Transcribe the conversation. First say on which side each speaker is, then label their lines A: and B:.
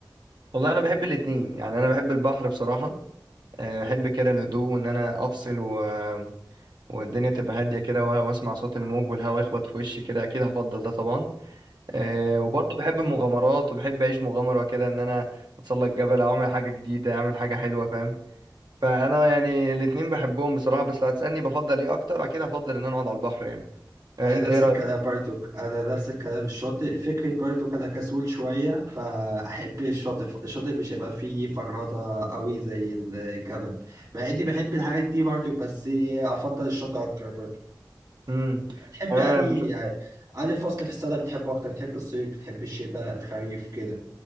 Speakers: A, on the right (about 70°); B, on the right (about 50°).
A: والله انا بحب الاتنين يعني انا بحب البحر بصراحة أه بحب كده الهدوء وان انا افصل و... والدنيا تبقى هادية كده و- واسمع صوت الموج والهواء يخبط في وشي كده اكيد هفضل ده طبعا آه، وبرضه بحب المغامرات وبحب اعيش مغامره كده ان انا اتسلق جبل او اعمل حاجه جديده اعمل حاجه حلوه فاهم فانا يعني الاتنين بحبهم بصراحه بس لو هتسالني بفضل ايه اكتر اكيد هفضل ان انا اقعد على البحر يعني آه،
B: انا
A: انت
B: نفس
A: ايه رايك
B: الكلام بارتوك انا نفس الكلام الشاطئ فكرة بارتوك انا كسول شوية فاحب الشاطئ الشاطئ مش هيبقى فيه فرهضة قوي زي الجبل مع اني بحب الحاجات دي برضه بس افضل الشاطئ اكتر برضه
A: امم
B: بتحب
A: انا
B: يعني
A: بشوف
B: يعني أنهي فصل في السنة بتحبه اكتر بتحب الصيف بتحب الشتاء الخريف كده